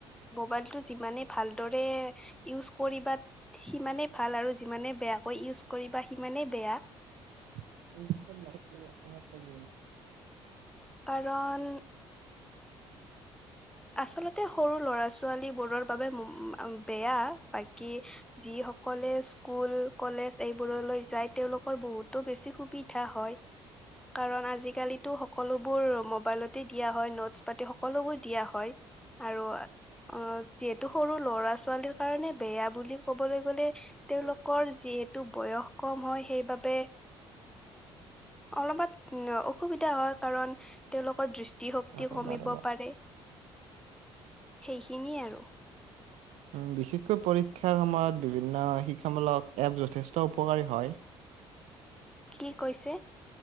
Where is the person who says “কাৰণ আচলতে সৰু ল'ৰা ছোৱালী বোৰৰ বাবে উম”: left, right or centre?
Centre